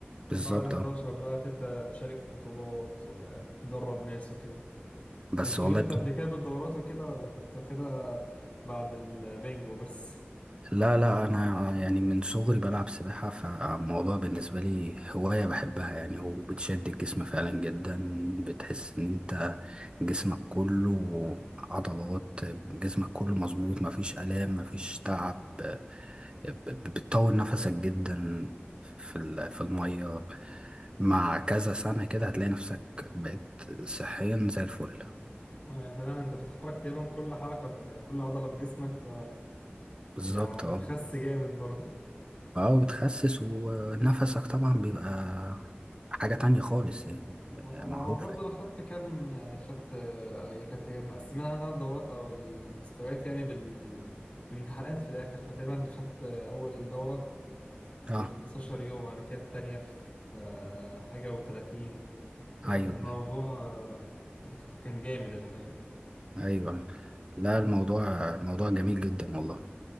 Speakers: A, on the right (about 25°); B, on the left (about 30°).
A: بالظبط
B: ومن بعد 11
A: اه
B: بقى تبدا تشارك في بطولات وتدرب ناس وكده انت
A: بس
B: اشتغلت
A: والله
B: قبل كده بالدورات وكده ولا كنت واخدها بعد البنجو بس
A: لا لا انا يعني من صغري بلعب سباحة فالموضوع بالنسبة لي هواية بحبها يعني وبتشد الجسم فعلا جدا بتحس ان انت جسمك كله عضلات جسمك كله مظبوط مفيش آلام مفيش تعب ب- بتطول نفسك جدا في ال- في المية مع كذا سنة كده هتلاقي نفسك بقيت صحيا زي الفل
B: آه، فعلا انت بتحرك تقريبا كل حركه كل عضله في جسمك ف
A: بالظبط
B: هي
A: اه
B: بتخس جامد برضه
A: اه بتخسس ونفسك طبعا بيبقى حاجة تانية خالص يعني
B: هو
A: معروفة
B: برضه انا خدت كام يعني خدت آه، هي كانت مقسمين عندنا الدورات او المستويات يعني بال بامتحانات في الاخر فتقريبا خدت اول دوره في
A: اه
B: 15 يوم بعد كده التانيه في آه، حاجه و30 فكان
A: ايوه
B: الموضوع آه، كان جامد الحقيقه
A: ايوه لا الموضوع موضوع جميل جدا والله